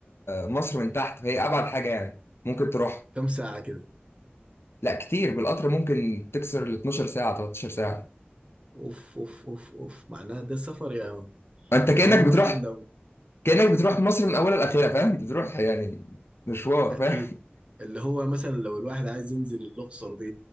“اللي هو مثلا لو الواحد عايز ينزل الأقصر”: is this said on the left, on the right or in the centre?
Right